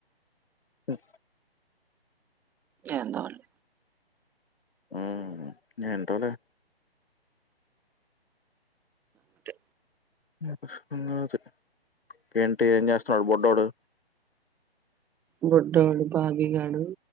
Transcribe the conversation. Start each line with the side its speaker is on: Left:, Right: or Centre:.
Left: స
Centre: ఎందో వాళ్ళు
Left: ఆ న ఏంటోలే
Centre: అంతే.
Left: <unintelligible> ఏంటి ఏం చేస్తున్నాడు బొడ్డోడు
Centre: బుడ్డోడు బావిగాడు